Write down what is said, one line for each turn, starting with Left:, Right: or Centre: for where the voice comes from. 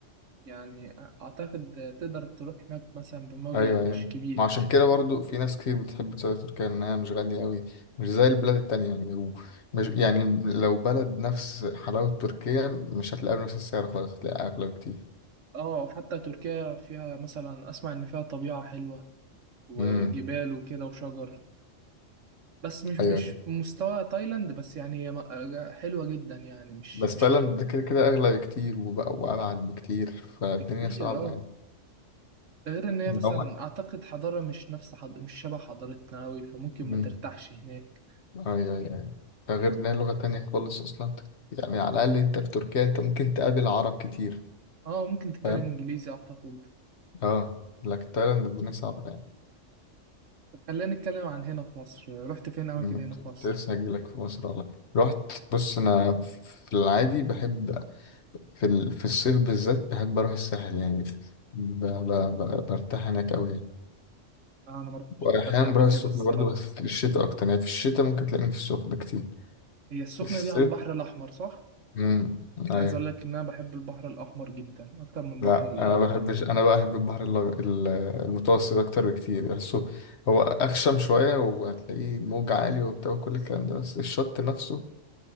Right: يعني اعتقد تقدر تروح هناك مثلا بمبلغ
Left: ايوه ايوه
Right: مش كبير
Left: ما عشان كده برضو في ناس كتير بتحب تسافر تركيا انها مش غاليه قوي مش زي البلاد التانية يعني و- مش يعني لو بلد نفس حلاوه تركيا مش هتلاقيها بنفس السعر خالص هتلاقيها اغلى بكتير
Right: اه حتى تركيا فيها مثلا اسمع ان فيها طبيعه حلوه وجبال
Left: امم
Right: وكده وشجر بس مش مش
Left: ايوه ايوه
Right: بمستوى تايلاند بس يعني هي م- آه، حلوه جدا يعني مش
Left: بس
Right: مش
Left: تايلاند
Right: هتقول
Left: ده كده كده اغلى بكتير وبقى وابعد
Right: بك...
Left: بكتير فالدنيا
Right: بكتير
Left: صعبه
Right: اه
Left: يعني
Right: غير ان هي
Left: هم
Right: مثلا اعتقد حضارة مش نفس حض... مش شبه حضارتنا قوي فممكن ما
Left: امم
Right: ترتاحش هناك
Left: ايوه ايوه أيوة. ده غير ان هي لغه تانية خالص اصلا يعني على الاقل انت في تركيا انت ممكن تقابل عرب كتير
Right: اه ممكن تتكلم
Left: فاهم
Right: انجليزي اعتقد
Left: اه لكن تايلاند الدنيا صعبه يعني.
Right: طب خلينا نتكلم عن هنا في مصر رحت فين اماكن
Left: أمم،
Right: هنا
Left: كنت
Right: في مصر
Left: لسه هجيلك في مصر والله رحت بص انا في العادي بحب في ال... في الصيف بالذات بحب اروح الساحل يعني ب... ب... ب... برتاح هناك قوي يعني
Right: آه انا ما رحتش
Left: واحيانا
Right: الساحل قبل
Left: بروح
Right: كده
Left: السخنه
Right: الصراحة
Left: برضو بس في الشتاء اكتر يعني في الشتاء ممكن تلاقيني في السخنه كتير
Right: هي السخنة
Left: في الصيف
Right: دي على البحر الاحمر صح
Left: امم
Right: انا
Left: ايوه
Right: عايز اقول لك ان انا بحب البحر الاحمر جدا اكتر من البحر
Left: لا
Right: الابيض
Left: انا بحبش انا بقى بحب البحر الل- ال- المتوسط اكتر بكتير بحسه هو اخشم شويه وهتلاقيه موج عالي وبتاع وكل الكلام ده بس الشط نفسه